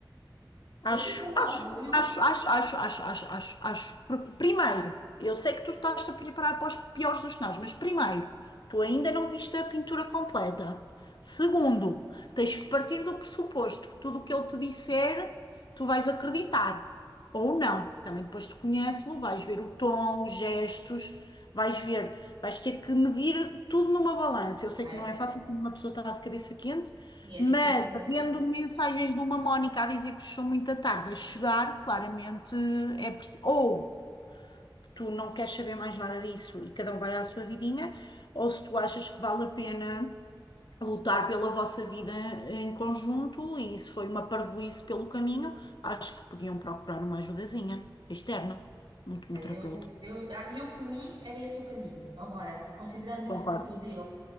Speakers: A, on the left; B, on the right.
A: Acho,
B: Eu estou com orgulho,
A: acho, acho, acho, acho, acho, acho, acho. acho. Porque, Primeiro, eu sei que tu estás a preparar para os piores dos cenários, mas primeiro, tu ainda não viste a pintura completa. Segundo, tens que partir do pressuposto que tudo o que ele te disser, tu vais acreditar. Ou não. Também depois te conhece-lo, vais ver o tom, os gestos, vais ver, vais ter que medir tudo numa balança. Eu sei
B: é,
A: que não é fácil quando uma pessoa está de cabeça quente.
B: e é
A: Mas,
B: difícil.
A: havendo mensagens de uma Mónica a dizer que são muito à tarde a chegar, claramente é preciso. Ou tu não queres saber mais nada disso e cada um vai à sua vidinha, ou se tu achas que vale a pena lutar pela vossa vida em conjunto e isso foi uma parvoíce pelo caminho, acho que podiam procurar uma ajudazinha externa, um,
B: Ah,
A: um terapeuta.
B: Eu, eu, ah, eu, por mim, era esse o caminho. Agora, considerando o
A: Concordo.
B: feitio dele,